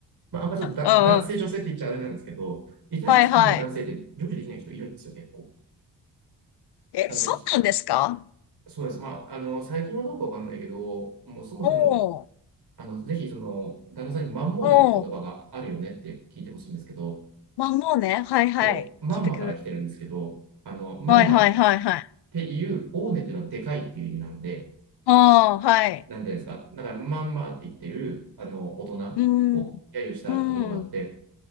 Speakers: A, on the right; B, on the left.
A: まあ、あんまちょっとだ男性、
B: うん。
A: 女性って言っちゃあれなんですけど、イタリア人の男性って料理できない人いるんですよ、
B: はいはい。
A: 結構。
B: え、
A: あの、
B: そうなんですか
A: しそうです。まあ、あの、最近はどうかわかんないけど、もうそもそも、
B: おー、
A: あの、ぜひその、旦那さんにマンモーネっていう言葉があるよねって聞いてほしいんですけど、
B: おー。まあもうね、はいはい。
A: こう、マンマから来てるんですけど、
B: 聞いてくる。
A: あの、マンマっ
B: はいはいはいはい。
A: ていう、オーネっていうのはでかいっていう意味なんで、
B: ああ、はい。
A: なんていうんですか。だから、マンマって言ってる、あの、大人を揶揄した言葉があって、
B: うん、うん。